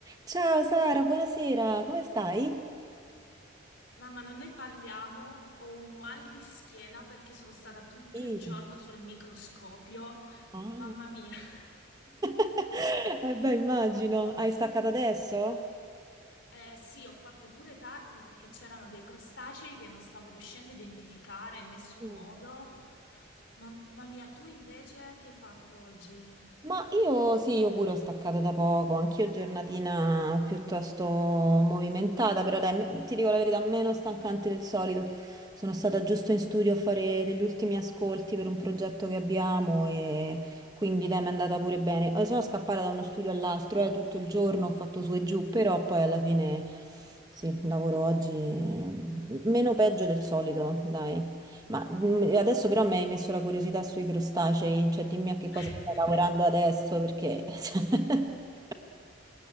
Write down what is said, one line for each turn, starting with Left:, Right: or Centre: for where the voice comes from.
Right: Ciao Sara, buonasera, come stai?
Left: Mamma, non ne parliamo, ho un mal di schiena perché sono stata tutto
Right: Sì.
Left: il giorno sul microscopio.
Right: Ah.
Left: Mamma mia. <laughs>
Right: <laughs> Eh beh, immagino, hai staccato adesso?
Left: Eh, sì, ho fatto pure tardi perché c'erano dei crostacei che non stavo riuscendo a identificare in nessun
Right: Mm.
Left: modo. Mamma mia, tu invece che hai fatto oggi?
Right: Ma io sì, io pure ho staccato da poco, anch'io giornatina piuttosto movimentata, però dai, me- ti dico la verità, meno stancante del solito. Sono stata giusto in studio a fare degli ultimi ascolti per un progetto che abbiamo e quindi dai, mi è andata pure bene. Eh, Sono scappata da uno studio all'altro, eh, tutto il giorno ho fatto su e giù, però poi alla fine sì, lavoro oggi mm, meno peggio del solito, dai. Ma mm, adesso però mi hai messo la curiosità sui crostacei, cioè dimmi a che cosa
Left: <laughs>
Right: stai lavorando adesso, perché... <laughs>